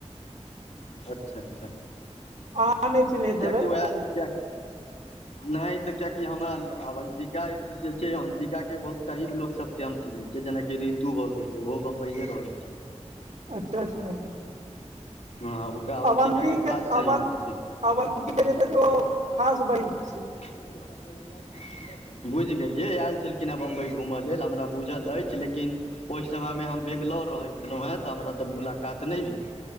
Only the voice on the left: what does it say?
अच्छा अच्छा
किएकि
आयल
छै नहि तऽ कियाकि हमरा अवन्तिका जे छैय अंतिका के बहुत करीब लोग सब के हम चिन्है छिय जे जेनाकि ऋतु भए गेले ओहो बम्बईये रहल छैय
हँ ओकरा अवन्तिका
खास सहेली
छै
<unintelligible> बुझि गेलियै आयल छलखिन हेँ बम्बई घुमय लेल हमरा बुझल अछि लेकिन ओहि समयमे हम बेंगलोर रहै छलहुँ हेँ तऽ हमरा तऽ मुलाकात नहि भेल